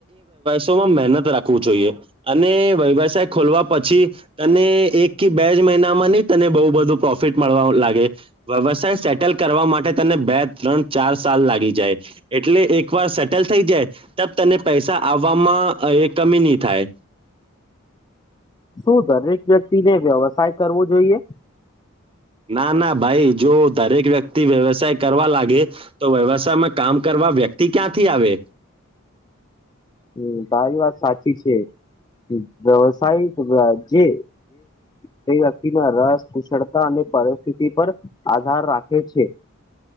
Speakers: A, on the right; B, on the left.
A: મત રાખ જોઈએ અને વ્યવસાય ખોલવા પછી ત એક બે જ તને બ બું પ્રોફિટ મળવા લાગે વ્યવસાય સેટલ કરવા માટે તને બે ત ચાર સાલ લાગી જાય એટલે એક વાર સેટલ થઈ જાય તને પૈસા આવવામાં કમી નહી થાય
B: શું દરેક વ્યક્તિને વ્યવસાય કરવો જોઈએ
A: ના ના ભાઈ જો દરેક વ્યક્તિ વ્યવસાય કરવા લાગે તો વ્યવસાયમાં કામ કરવા એવા વ્યક્તિ ક્યાંથી આવે
B: હમ તારી વાત સાચી છે જ વ્યવસાય જે તે વ્યક્તિના રસ કુશળતા અને પરિસ્થિતિ પર આધાર રાખે છે.